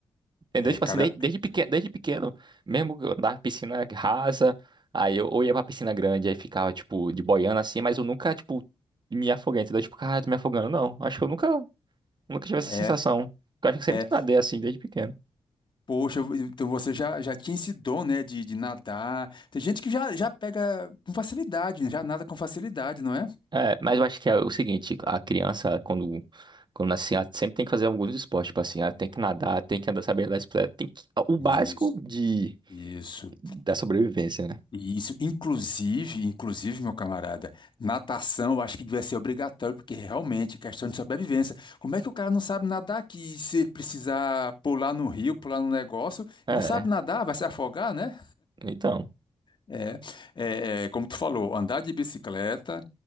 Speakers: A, on the right; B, on the left.
A: Entendeu?
B: é,
A: Tipo
B: cara,
A: assim, desde, desde pequeno, desde pequeno, mesmo que eu andava em piscina rasa, aí eu ou ia pra piscina grande, aí ficava, tipo, de boiando assim, mas eu nunca, tipo, me afoguei, entendeu? Tipo, cara, tô me afogando. Não, acho que eu nunca, nunca tive essa
B: é,
A: sensação. Porque Eu acho que eu
B: é.
A: sempre nadei assim, desde pequeno.
B: Poxa, então você já, já tinha esse dom, né, de, de nadar. Tem gente que já, já pega com facilidade, né, já nada com facilidade, não é?
A: É, mas eu acho que é o seguinte, a criança, quando, quando nasce, ela sempre tem que fazer alguns esportes, tipo assim, ela tem que nadar, tem que andar, saber andar de bicicleta, tem que, o
B: Isso.
A: básico de,
B: Isso.
A: da sobrevivência, né?
B: E isso, inclusive, inclusive, meu camarada, natação eu acho que devia ser obrigatório, porque realmente é questão de sobrevivência. Como é que o cara não sabe nadar que se ele precisar pular no rio, pular no negócio,
A: É,
B: e não sabe nadar, vai se afogar, né?
A: então,
B: É, é, é, como tu falou, andar de bicicleta,